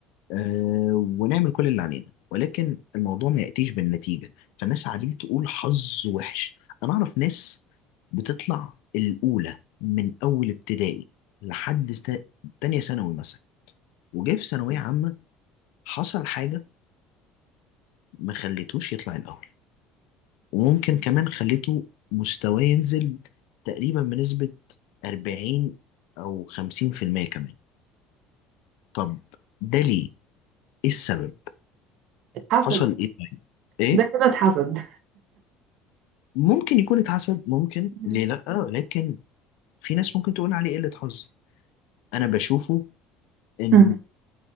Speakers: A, on the left; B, on the right.
A: آه، ونعمل كل اللي علينا ولكن الموضوع ما ياتيش بالنتيجه فالناس عادي تقول حظ وحش انا اعرف ناس بتطلع الاولى من اول ابتدائي لحد تا- تانية ثانوي مثلا وجه في ثانويه عامه حصل حاجه ما خليتوش يطلع الأول وممكن كمان خليته مستواه ينزل تقريبا بنسبة 40 أو 50% كمان طب ده ليه؟ إيه السبب؟
B: حسد
A: حصل إيه طيب؟ إيه؟
B: ده كده اتحسد
A: ممكن يكون اتحسد ممكن
B: مم.
A: ليه لأ لكن في ناس ممكن تقول عليه قلة حظ أنا بشوفه إن
B: مم.